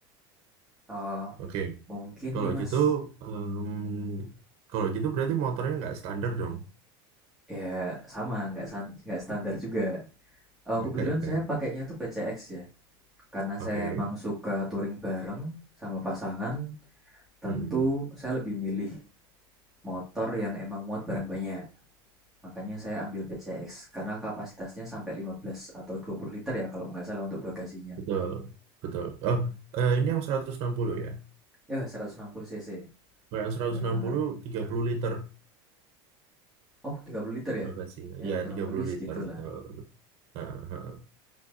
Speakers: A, in the centre; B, on the right (about 50°).
A: Oh,
B: Oke,
A: mungkin
B: kalau
A: nih Mas.
B: gitu, em, kalau gitu berarti motornya nggak standar dong.
A: Ya sama, nggak san- nggak standar juga. Oh,
B: <laughs>
A: kebetulan saya pakainya tuh PCX ya. Karena
B: Oke,
A: saya emang suka touring bareng sama pasangan, tentu
B: hmm,
A: saya lebih milih motor yang emang muat barang banyak. Makanya saya ambil PCX karena kapasitasnya sampai 15 atau 20 liter ya kalau nggak salah untuk bagasinya.
B: betul, betul. Oh, eh, ini yang 160 ya?
A: Ya 160 cc,
B: Kalau yang seratus
A: benar
B: enam
A: banget.
B: puluh, tiga puluh liter
A: Oh 30 liter ya?
B: bagasinya.
A: Ya
B: Ya,
A: kurang
B: tiga
A: lebih
B: puluh
A: segitulah.
B: liter, betul. Heeh, heeh.